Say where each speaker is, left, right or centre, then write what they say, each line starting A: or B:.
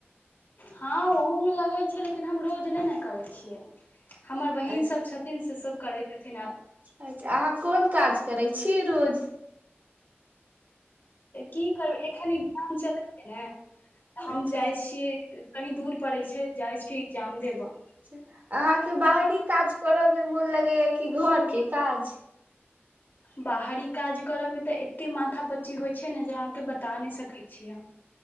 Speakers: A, on the left; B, on the right.
A: हँ ओहूमे लगैत छै लेकिन हम रोज नहि ने करैत छियै हमर
B: अच्छा
A: बहिन सभ छथिन से सभ करै छथिन आब
B: अच्छा अहाँ कोन काज करै छी रोज
A: की करबै एखन गाम चलै ने तऽ हम
B: अच्छा
A: जाइ छियै कनि दूर पड़ैत छै जाइ छ एग्जाम देबऽ
B: अहाँके बाहरी काज करयमे मोन लगैए कि घरके काज
A: बाहरी काज करऽ मे तऽ एते माथा पच्ची होइ छै ने जे अहाँ के बता नहि सकैत छी हम